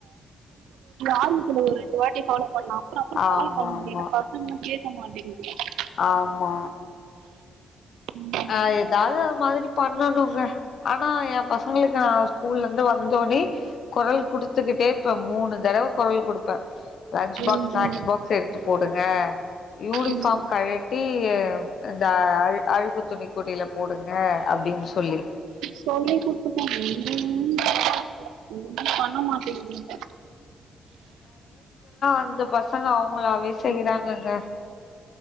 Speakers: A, on the right; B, on the left.
A: ஆரம்பத்துல ஒரு ரெண்டு வாட்டி பொல்லோவ் பண்ணல அப்பறம் அப்பறம்
B: ஆமா
A: பொல்லொவ் பண்ண முடியல
B: ஆமா
A: பசங்காலும் கேட்டு ஆமாடி <unintelligible>
B: ஆமா
A: ம்
B: ஆஹ் எதாவது அந்த மாரி பண்ணனும்ன்னுங்க ஆன ஏன் பசங்களுக்கு நா ஸ்கூல் லா இருந்து வந்த ஒடனே குரல் குடுத்துக்கிட்டேய் இருப்பேன் மூணு தடவ குரல் கொடுப்பேன் லன்ச் பாக்ஸ்
A: ம்
B: ஸ்நாக்ஸ் பாக்ஸ் எடுத்து போடுங்க யூனிஃபார்ம்
A: ம்
B: கழட்டி இந்த அ அழுகுத்து துணியை குடியில போடுங்க அப்படின்னு சொல்லி
A: சொல்லி குடுத்துட்டே எங்கங்க கேக்குது ஒன்னு பண்ண மாட்டேங்குதுங்க
B: அந்த பசங்க அவங்களாவே செய்யறாங்கங்க